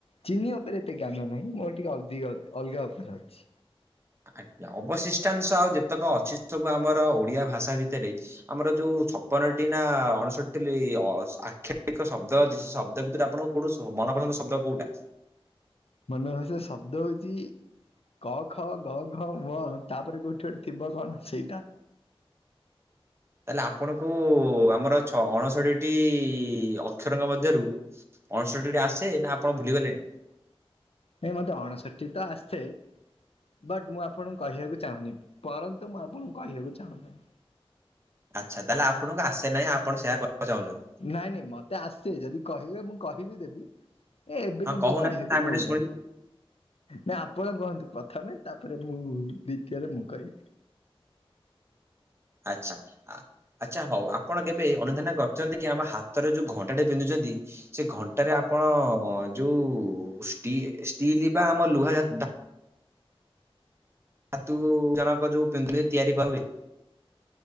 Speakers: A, on the left; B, on the right.
A: ଚିନି ଉପରେ ଏତେ ଜ୍ଞାନ ନାହିଁ ମୋର ଟିକେ ଅଧିକ ଅଲଗା ଉପରେ ଅଛି।
B: ଆଜ୍ଞା ଅବଶିଷ୍ଟାଂଶ ଆଉ ଯେତେକ ଅଛି ସବୁ ଆମର ଓଡିଆ ଭାଷା ଭିତରେ ଆମର ଯୋଉ ଛପନଟି ନା ଅଣଷଠି ଆକ୍ଷିକ ଶବ୍ଦ ଶବ୍ଦ ଭିତରେ ଆପଣ କୋଉୁ ମନପସନ୍ଦ ଶବ୍ଦ କୋଉଟା?
A: ମନ ପସ ଶବ୍ଦ ହଉଚି କ ଖ ଗ ଘ ଙ ତାପରେ କୋଠି ଗୋଠେ ଥିବ କଣ ସେଇଟା
B: ତାହେଲେ ଆପଣଙ୍କୁ ଆମର ଛ ଅଣଷଠିଟି ଅକ୍ଷରଙ୍କ ମଧ୍ୟରୁ ଅଣଷଠିଟି ଆସେ ନା ଆପଣ ଭୁଲିଗଲେଣି।
A: ନାଇଁ ମତେ ଅଣଷଠି ତ ଆସ୍‌ଥେ। ବଟ୍ ମୁଁ ଆପଣଙ୍କୁ କହିବାକୁ ଚାହୁଁନି ପରନ୍ତୁ ମୁଁ ଆପଣଙ୍କୁ କହିବାକୁ ଚାହୁଁ ନାହିଁ।
B: ଆଚ୍ଛା ତାହେଲେ ଆପଣଙ୍କୁ ଆସେ ନାହିଁ ଆପଣ ସେଆ କହିବାକୁ ଚାହୁଁଚନ୍ତି।
A: ନାଇଁ ନାଇଁ ମତେ ଆସେ ଯଦି କହିବେ ମୁଁ କହିବି ଦେବି। ଏବେ
B: ହଁ
A: କିନ୍ତୁ
B: କହୁନାହାନ୍ତି
A: କହିବାକୁ
B: ଆମେ
A: ମୁଁ ଓଲ୍ଟା।
B: ଟିକେ ଶୁଣିବୁ।
A: ନା ଆପଣ କୁହନ୍ତୁ ପ୍ରଥମେ ତାପରେ ମୁଁ ଦ୍ଵିତୀୟରେ ମୁଁ କହିବି।
B: ଆଚଛା ଆ ଆଚ୍ଛା ହଉ ଆପଣ କେବେ ଅନୁଧାନ କରିଚନ୍ତି କି ଆମ ହାତରେ ଯୋଉ ଘଣ୍ଟାଟେ ପିନ୍ଧୁଚନ୍ତି ସେ ଘଣ୍ଟାରେ ଆପଣ ଯୋଉ ଷ୍ଟି ଷ୍ଟିଲି ବା ଆମ ଲୁହା ଜାତୀ ଧା ଧାତୁ ଜଣକ ଯୋଉ ପିନ୍ଧିଲେ ତିଆରି କହିହୁଏ।